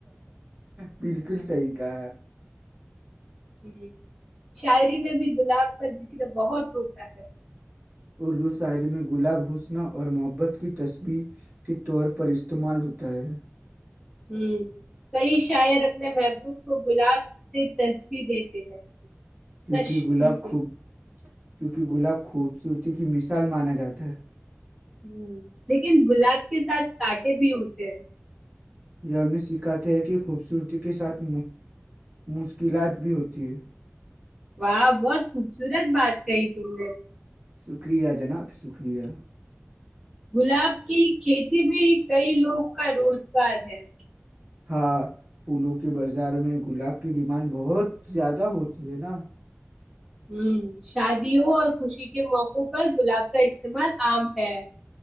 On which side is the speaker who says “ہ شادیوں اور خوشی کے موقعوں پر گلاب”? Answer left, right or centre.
Centre